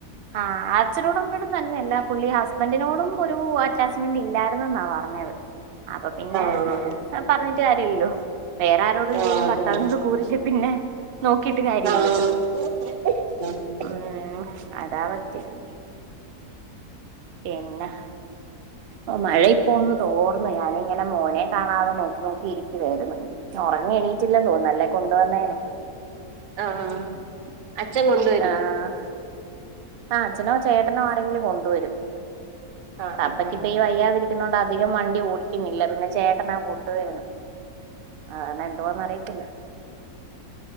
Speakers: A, on the right; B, on the right.
A: ആഹ് അച്ഛനോടുംമ്മനോടും തന്നെ അല്ല പുള്ളി ഹസ്ബൻഡിനോടും ഒരു അറ്റാച്ച്മെന്റ് ഇല്ലായിരുന്നെന്നാവാം പറഞ്ഞത് അപ്പൊ പിന്നെ
B: ആഹ്
A: പറഞ്ഞിട്ട് കാര്യല്ലോ വേറെ ആരോടും ഇല്ലേലും
B: ആഹ് അതാണ്
A: ഭർത്താവിനോട് കൂറില്ല പിന്നെ നോക്കിയിട്ട്
B: <unintelligible>
A: കാര്യമില്ലല്ലോ ഉം അതാ പറ്റിയത് പിന്നെ ഒ മഴയിപ്പോന്ന് തോർന്നു ഞാനിങ്ങനെ മോനെ കാണാതെ നോക്കി നോക്കിയിരിക്കുവരുന്നു ഒറങ്ങി എണീറ്റില്ല തോന്നെ അല്ലെ കൊണ്ട് വന്നേനെ.
B: ആഹ് അച്ഛൻ കൊണ്ട്
A: ആഹ്, ആ അച്ഛനോ ചേട്ടനോ ആരെങ്കിലും കൊണ്ടുവരും.
B: ആഹ്
A: പപ്പക്കിപ്പൊ
B: ആഹ് ആഹ്
A: ഈ വയ്യാതിരിക്ക്ന്നോണ്ട് അധികം വണ്ടി ഓടിക്ക്ന്നില്ല. പിന്നെ ചേട്ടന കൊണ്ടുവരുന്നെ. ആഹ് അങ്ങനെ എന്തോന്ന് അറിയത്തില്ല.